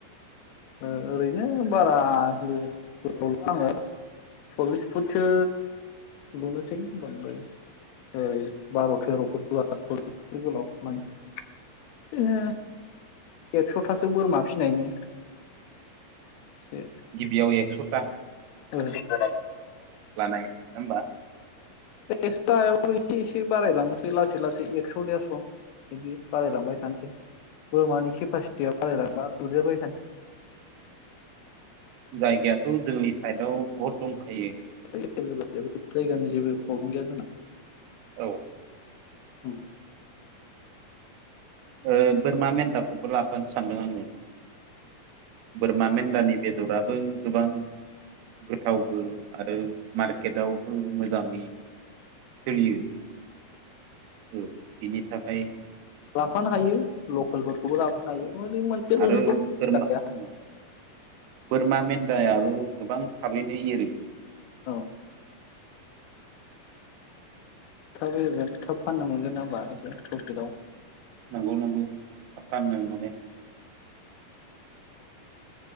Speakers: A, on the left (about 85°); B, on the right (about 90°).
A: ओ- ओरैनो बारा गोलाव' गोलावलुवा आङो सल्लिस फुटसो लुनोसै बांद्राय ओै- बार' थेर' फ फो गोलाव माने बिनो एकस'थासो बोरमा फिसिनायनि एसे
B: गिबियाव एक्स'था
A: ओ <unintelligible>
B: नङा होमबा
A: एसे एसे बारायलांनोसै लासै लासै एकस' देरस' बिदि बारायलांबाय थानोसै बोरमानि केपासिटिया बारायलांबा लुदेरबाय थानोसै
B: जायगायाथ' जोंनि साइदआव बहुत दंखायो
A: जायगानि जेबो प्रब्लम गैया जोंना
B: औ-
A: उ-
B: ओ- बोरमा मेन्दाखौबो लाफानो सानदों आङो बोरमा मेन्दानि बेदराबो गोबां गोथावबो। आरो मारकेटआवबो मोजाङै सोलियो ओ- बिनि थाखाय
A: लाफानो हायो लकेलफोरखौबो लाफानो हायो मै मोनसेल'जोंथ'
B: आरो
A: जाखाया
B: बोरमा उम
A: <unintelligible>
B: बोरमा मेन्दायाबो गोबां थाबैनो एरो
A: औ-। थाब एरगोन थाब फाननो मोनगोन नङा बा एसे प्रफिटआव
B: नंगौ नंगौ थाब फाननो मोनो। <inaudible> <unintelligible>